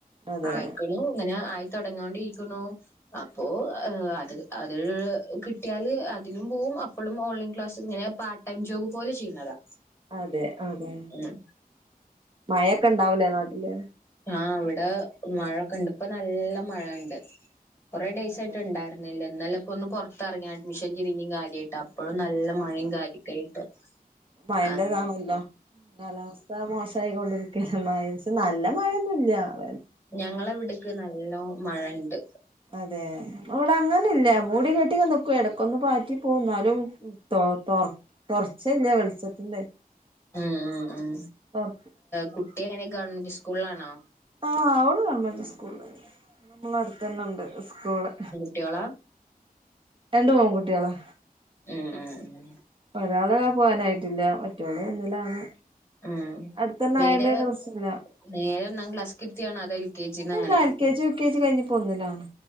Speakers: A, on the right; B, on the left.
A: അതെ
B: ആയിക്ക്ണു ഇങ്ങനെ ആയി തൊടങ്ങിയോണ്ടി ഇരിക്ക്ണു. അപ്പോ അത് അത് കിട്ടിയാല് അതിലും പോവും അപ്പോഴും ഓൺലൈൻ ക്ലാസ് ഇങ്ങനെ പാ എം ജോബ് പോലെ ചെയ്യുന്നതാ.
A: അതെ അതെ
B: ഉം
A: മയൊക്കെ ഇണ്ടാവു ലെ നാട്ടില്?
B: ആഹ് ഇവിട മഴൊക്കെ ഇണ്ട് ഇപ്പൊ നല്ല മഴണ്ട് കുറേ
A: മഴന്നെ
B: ഡേയ്സ് ആയിട്ട്
A: ഇവിടെ
B: ഉണ്ടായിരുന്നു. ഇല്ല ഇന്നലക്കൊന്ന് പുറത്തെറങ്ങിയാരുന്ന് <unintelligible> കാര്യമായിട്ട ഇപ്പോഴും നല്ല മഴയും
A: അതെ
B: കാര്യക്കായിട്ട്
A: മഴന്റെതാണല്ലോ
B: അങ്ങനെ.
A: കാലാവസ്ഥ മോശായി കൊണ്ടിരിക്കാണ് മഴ നല്ല മഴൊന്നുല്ല അവ
B: ഞങ്ങളെവിടക്ക് നല്ലോ മഴ ഇണ്ട്.
A: അതെ അവിടെ അങ്ങനെ ഇല്ല മൂടി കെട്ടി ഇടക്കൊന്ന് പാറ്റി പോവും ന്നാലും തൊ തൊ തൊറച്ചഇല്ല വെളിച്ചത്തിന്റെ
B: ഉം ഉം ഉം
A: തൊർ
B: കുട്ടി എങ്ങനെ ഗവൺമെന്റ് സ്കൂളിലാണോ?
A: ആഹ് അവള് ഗവണ്മെന്റ് സ്കൂള് നമ്മളെ അടുത്ത് തന്നെ ഇണ്ട് സ്കൂള്
B: കുട്ടോളാ
A: രണ്ട് െ പൺകുട്ടികളാ.
B: ഉം ഉം ഉം
A: ഒരാള് ആ പോവാനായിട്ടില്ല മറ്റോള് ഒന്നിലാണ്.
B: ഉം
A: അടുത്തന്നെ
B: നേരെ
A: ആയോണ്ട് പിന്നെ പ്രശ്നല്ല
B: നേരെഒന്നാം ക്ലാസ്ക് ഇരുത്തിയയാണോ അതോ എൽ കെ ജിന്ന്
A: അല്ലല്ല
B: അങ്ങനെ.
A: L K G U K G കഴിഞ്ഞി പോന്നില്ലാണ്